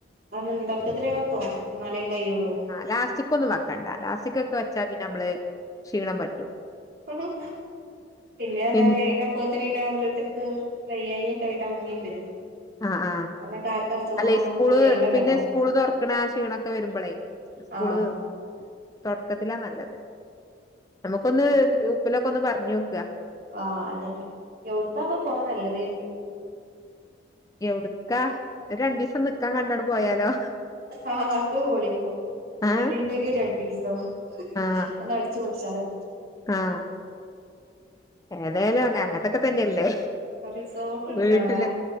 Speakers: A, on the right; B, on the left.
A: അത തൊടക്കിതിലെന്നെ പോണം എന്നന്നാലേ കയുള്ളൂ
B: ലാസ്റ്റിക് ഒന്നും വെക്കണ്ട ലാസ്റ്റിക്ക് ഒക്കെ വെച്ചാ പിന്നെ നമ്മള് ക്ഷീണം പറ്റും
A: പിന്നെ പറഞ്ഞാല്
B: പിൻ
A: അയ്ന് അ പോത്തനീനെഓരോരോതാർക്ക് വയ്യായിക്കായിട്ട് അങ്ങനേും വരും
B: ആ ആ
A: അന്നൊക്കെ ആർക്കും അസുഖങ്ങളൊന്നും
B: അല്ലെ സ്കൂള്
A: ഒന്നും ഇല്ലാണ്ടക്കട്ടെ
B: പിന്നെ സ്കൂള് തുറക്കണ ക്ഷീണൊക്കെ വരുമ്പളേ സ്കൂള്
A: ആഹ്
B: തുടക്കത്തിലാ നല്ലത് നമുക്കൊന്ന് ഗ്രൂപ്പിലൊക്കെ ഒന്ന് പറഞ് നോക്ക
A: ആ അതല്ലെ എവിടുക്കാപ്പൊ പോവാ നല്ലത്
B: എവിടക്കാ രണ്ടു ദിവസം നിക്കാൻ കണ്ടങ്ങട്ട് പോയാലോ
A: ആ അത പൊളിക്കും
B: ആഹ്
A: രണ്ടീസങ്കിൽ രണ്ടീസം
B: ആഹ്
A: ഒന്ന് അടിച്ചു പൊളിച്ചാലോ
B: ആഹ് ഏതായാലും അ അങ്ങനത്തൊക്കെ തന്നെയല്ലേ
A: റിസോർട്ട് എടുക്കണല്ലേ
B: വീട്ടില്